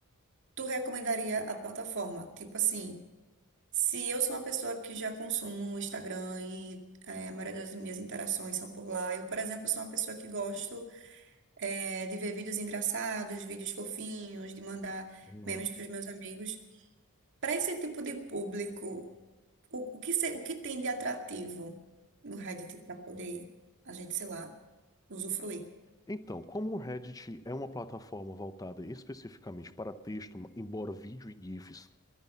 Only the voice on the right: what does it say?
tu recomendaria a plataforma? Tipo assim, se eu sou uma pessoa que já consumo o Instagram e eh, a maioria das minhas interações são por lá, eu, por exemplo, sou uma pessoa que gosto eh, de ver vídeos engraçados, vídeos fofinhos, de mandar
memes para os meus amigos. Para esse tipo de público, o, o que se- o que tem de atrativo no Reddit para poder a gente, sei lá, usufruir?